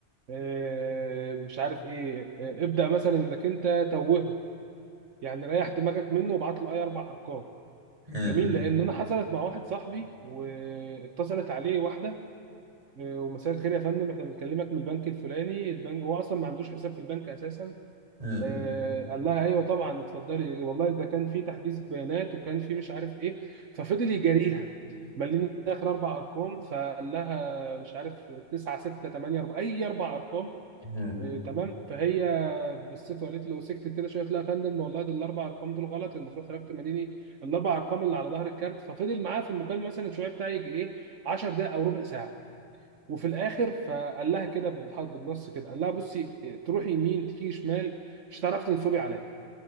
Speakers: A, on the right (about 70°); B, on the right (about 30°).
A: آه، مش عارف ايه آه، ابدأ مثلا انك انت توهه يعني ريح دماغك منه وابعت له اي اربع ارقام
B: امم
A: جميل لان انا حصلت مع واحد صاحبي واتصلت عليه واحده آه، ومساء الخير يا فندم احنا بنكلمك من البنك الفلاني البنك هو اصلا ما عندوش حساب في البنك اساسا
B: امم
A: آه، قال لها ايوه طبعا اتفضلي والله ده كان في تحديث بيانات وكان في مش عارف ايه ففضل يجاريها ملينا اخر اربع ارقام فقال لها مش عارف 9 6 8 4 اي اربع ارقام
B: امم
A: إيه، تمام فهي بصيت وقالت له سكت كده شويه قلت لها يا فندم والله ده الاربع ارقام دول غلط المفروض حضرتك تمديني الاربع ارقام اللي على ظهر الكارت ففضل معاه في المكالمه مثلا شويه بتاع يجي ايه 10 دقائق او ربع ساعه وفي الاخر فقال لها كده بالح- بالنص كده قال لها بصي إيه، تروحي يمين تيجي شمال مش هتعرفي تنصبي عليا